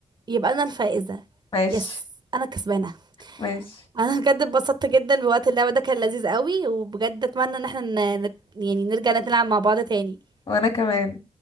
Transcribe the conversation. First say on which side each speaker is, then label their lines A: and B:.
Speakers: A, on the right; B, on the left.
A: يبقى انا الفائزة
B: ماشي
A: يس انا كسبانة
B: ماشي
A: انا بجد اتبسطت جدا بوقت اللعبة ده كان لذيذ قوي وبجد اتمنى ان احنا ن- نت- يعني نرجع نلعب مع بعض تاني
B: وانا كمان